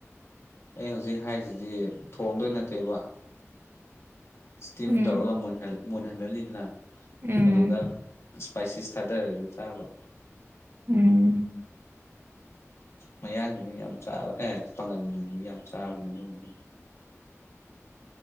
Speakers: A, on the left; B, on the right.
A: ꯑꯩ ꯍꯧꯖꯤꯛ ꯍꯥꯏꯔꯤꯁꯤꯗꯤ ꯊꯣꯡꯗꯣꯏ ꯅꯠꯇꯦꯕ ꯏꯁꯇꯤꯝ
B: ꯎꯝ
A: ꯇꯧꯔꯒ ꯃꯨꯟꯍꯟꯍꯜꯂꯤꯗꯅ
B: ꯎꯝ
A: ꯑꯗꯨꯗ ꯏꯁꯄꯥꯏꯁꯤꯁ ꯊꯥꯗꯔꯒ ꯆꯥꯕ
B: ꯎꯝ
A: ꯃꯌꯥꯡꯁꯤꯡꯅ ꯌꯥꯝ ꯆꯥꯕ ꯑꯦ ꯄꯥꯒꯟꯁꯤꯡ ꯌꯥꯝ ꯆꯥꯕꯅꯦ ꯑꯗꯨꯒꯨꯝꯕ